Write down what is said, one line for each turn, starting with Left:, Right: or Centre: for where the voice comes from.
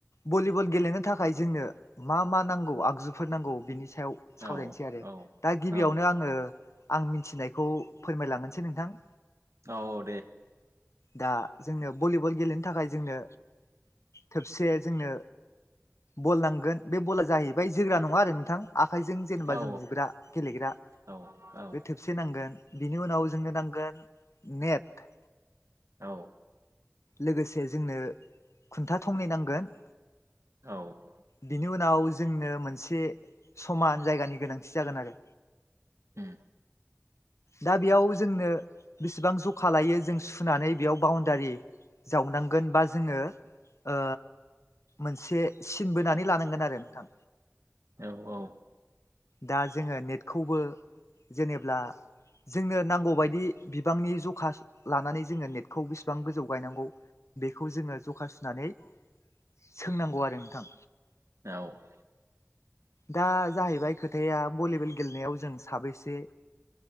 Left: भलिबल गेलेनो थाखाय जोंनो मा मा नांगौ आगजुफोर नांगौ बिनि सायाव सावरायनोसै
Right: औ
Left: आरो
Right: औ
Left: दा गिबियावनो
Right: औ
Left: आङो आं मिथिनायखौ फोरमायलांगोनसै नोंथां
Right: औ दे
Left: दा जोंनो भलिबल गेलेनो थाखाय जोंनो थोबसे जोंनो बल नांगोन बे बला जाहैबाय जोग्रा नङा आरो नोंथां। आखाइजों जेनेबा
Right: औ
Left: जों बुग्रा गेलेग्रा
Right: औ औ
Left: बे थेबसे नांगोन बिनि उनाव जोंनो नांगोन नेट
Right: औ।
Left: लोगोसे जोंनो खुन्था थंनै नांगोन।
Right: औ।
Left: बिनि उनाव जोंनो मोनसे एसे समान जायगानि गोनांथि जागोन आरो
Right: उम
Left: दा बेयाव जोंनो बेसेबां जखा लायो जों सुनानै बेयाव बाउनदारि जावनांगोन बा जोङो ओ मोनसे सिन बोनानै लानांगोन आरो नोंथां।
Right: औ औ।
Left: दा जोङो नेटखौबो जेनेब्ला जोंनो नांगौबायदि बिबांनि जखा लानानै जोङो नेटखौ बेसेबां गोजौ गायनांगौ बेखौ जोङो जखा सुनानै सोंनांगौ आरो नोंथां
Right: औ।
Left: दा जाहैबाय खोथाया भलिबल गेलेनायाव जों साबैसे